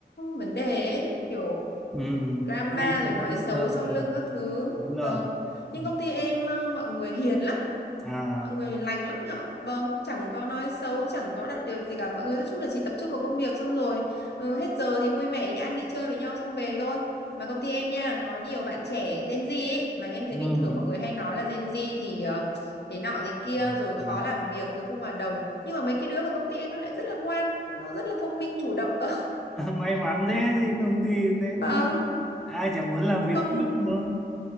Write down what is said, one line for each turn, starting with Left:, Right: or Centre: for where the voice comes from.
Left: vấn đề ấy, kiểu
Centre: ừ
Left: drama
Centre: ngay
Left: rồi
Centre: có
Left: nói xấu
Centre: ờ,
Left: sau lưng các thứ.
Centre: đúng rồi
Left: Vâng, nhưng
Centre: Ừ,
Left: công ty em ờ, mọi người hiền lắm
Centre: à
Left: mọi người lành lắm anh ạ vâng chẳng có nói xấu chẳng có đặt điều gì cả mọi người nói chung là chỉ tập trung vào công việc xong rồi ừ, hết giờ thì vui vẻ đi ăn đi chơi với nhau xong về thôi mà công ty em nha có nhiều bạn trẻ Gen Z ấy, mà em thấy
Centre: ừ.
Left: bình thường mọi người hay nói là Gen Z thì ờ, thế nọ thế kia
Centre: Dạ,
Left: rồi khó
Centre: dạ.
Left: làm việc rồi không hòa đồng nhưng mà mấy cái đứa mà công ty em nó lại rất là ngoan nó rất là thông minh chủ động cơ
Centre: <laughs> May mắn thế thì công ty thế
Left: <laughs> vâng
Centre: ai chẳng muốn làm việc
Left: công
Centre: tiếp nữa